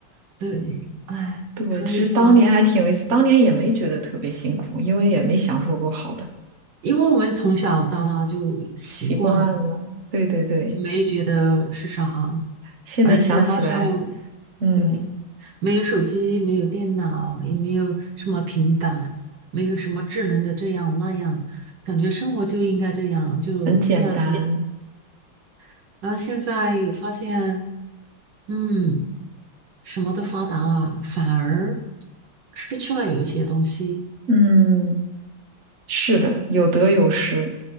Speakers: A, on the right (about 65°); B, on the right (about 40°).
A: 对，哎，
B: 对，
A: 所以说，
B: 这是当年还挺有意思，当年也没觉得特别辛苦，因为也没享受过好的，
A: 因为我们从小到大就习惯了。
B: 习惯了。对对对，
A: 也没觉得是啥，
B: 现在想起来，
A: 而且那时候
B: 嗯，
A: 对，没有手机，没有电脑，也没有什么平板，没有什么智能的这样那样，感觉生活就应该这样，就这样挺
B: 很简单，
A: <laughs>。然后现在发现，嗯，什么都发达了，反而失去了有一些东西，
B: 嗯，是的，有得有失，